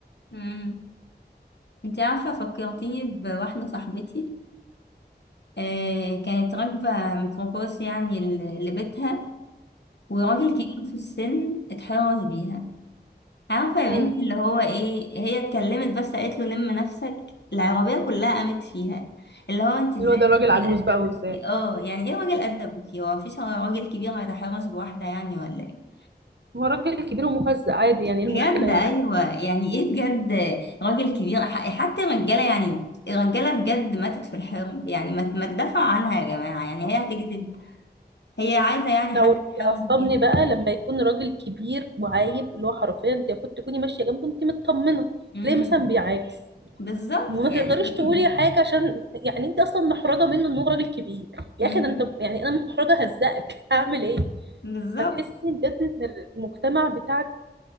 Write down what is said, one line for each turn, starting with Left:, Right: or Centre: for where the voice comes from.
Left: مم. انت عارفة فكرتيني بواحدة صاحبتي آه، كانت راكبة ميكروباص يعني ل- لبيتها وراجل كبير في السن اتحرش بيها عارفة يا
Right: امم
Left: بنتي اللي هو ايه هي اتكلمت بس قالت له لم نفسك العربية كلها قامت فيها اللي هو انت ازاي
Right: اللي هو ده راجل
Left: ده
Right: عجوز
Left: راجل
Right: بقى
Left: قد ابوكي
Right: وازاي
Left: اه يعني ايه راجل قد ابوكي هو مفيش راجل كبير هيتحرش بواحدة يعني ولا ايه
Right: هو راجل كبير ومهزأ عادي يعني ايه
Left: بجد
Right: المشكلة يعني
Left: ايوه يعني ايه بجد راجل كبير ح- حتى الرجاله يعني الرجاله بجد ماتت في الحرب يعني ما ما تدافعوا عنها يا جماعه يعني هي هتكذب هي عايزة يعني
Right: لا
Left: حد
Right: واللي
Left: يحاول
Right: بيعصبني
Left: فيها
Right: بقى لما يكون راجل كبير وعايب اللي هو حرفيا انت المفروض تكوني ماشية جنبه انت مطمنة
Left: امم
Right: تلاقيه مثلا بيعاكس
Left: بالظبط
Right: وما
Left: يعني
Right: تقدريش تقولي حاجة عشان يعني انت اصلا محرجة منه ان هو راجل كبير
Left: امم
Right: يا اخي ده انت يعني انا محرجة هزقك <laughs> هعمل ايه
Left: بالظبط
Right: فتحسي بجد ان المجتمع بتاعنا